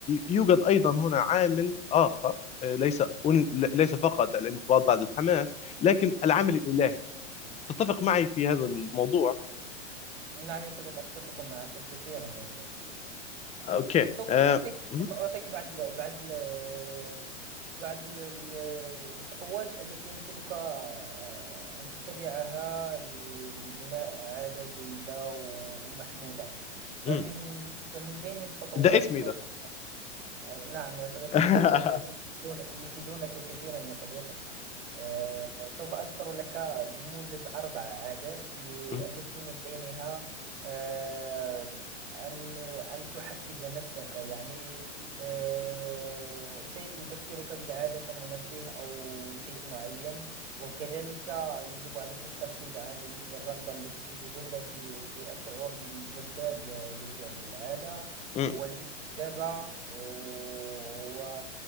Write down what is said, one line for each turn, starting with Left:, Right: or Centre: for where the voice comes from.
Left: يوجد أيضا هنا عامل آخر آه، ليس ليس فقط الانضباط بعد الحماس لكن العامل الإلهي تتفق معي في هذا الموضوع
Right: نعم يا صديقي أتفق معك كثيرا يا صديقي
Left: أوكي
Right: سوف
Left: آه،
Right: أعطيك
Left: م-
Right: سوف أعطيك بعض ال- بعض ال- بعض ال- ال- الخطوات التي يمكنك آه، أن تتبعها ل- لبناء عادة جيدة و- ومحمودة فمن
Left: م-
Right: فمن بين الخطوات
Left: ده اسمي
Right: سوف
Left: ده
Right: آه، نعم يا صديقي
Left: <laughs>
Right: سوف ي- يفيدونك كثيرا يا صديقي آه، سوف أذكر لك بموجز أربع عادات ل-
Left: م-
Right: التي من بينها آه، أن أن تحفز نفسك يعني آه، شيء يذكرك بالعادة كمنبه أو شيء معين وكذلك يجب عليك التركيز عن الرغبة التي تتجلى في في الشعور بالجذاب لفعل العادة
Left: م-
Right: والاستجابة و و